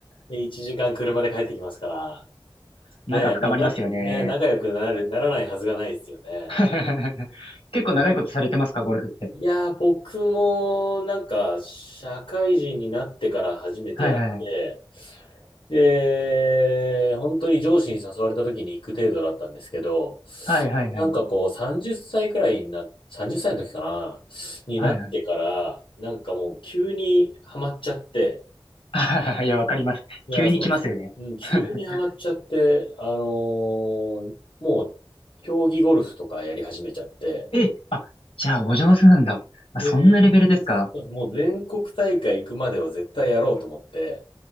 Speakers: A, on the left; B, on the left.
A: で、一時間車で帰ってきますから、
B: 仲深まりますよね。
A: ねえ、まあ、な、ねえ、仲良くなる、ならないはずがないですよね。
B: <laughs> 結構長いことされてますか、
A: うん
B: ゴルフって。
A: いやー、僕も、なんか、社会人になってから初めてやって、
B: はいはい。
A: で、本当に上司に誘われた時に行く程度だったんですけど、
B: はいはいはい。
A: なんかこう、30歳くらいにな、30歳の時かな、になってから、
B: はいはい。
A: なんかもう急にハマっちゃって、
B: あはははいや、わかります。
A: いやー、
B: 急に来ますよね。
A: そうです。うん、急にハマっちゃって、
B: <laughs>
A: あのーもう、競技ゴルフとかやり始めちゃって、
B: え、あ、じゃあお上手なんだ。あそんなレベルですか
A: で、そうですもう全国大会行くまでは絶対やろうと思って、